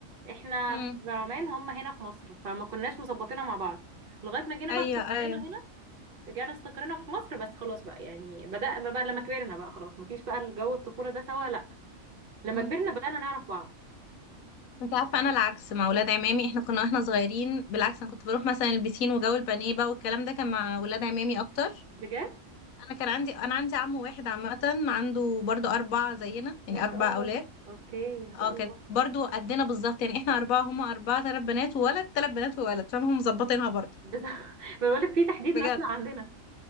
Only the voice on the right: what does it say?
احنا
في عمان هم هنا في مصر فما كناش مظبطينها مع بعض لغاية ما جينا
بقى استقرينا
هنا رجعنا استقرينا في مصر بس خلاص بقى يعني بدأنا بقى لما كبرنا بقى خلاص مفيش بقى الجو الطفولة ده سوا لا لما
كبرنا بدأنا نعرف بعض
بجد
ما شاء
الله
اوكي ما شاء
الله
بس <laughs> بقولك في تحديد
مثل عندنا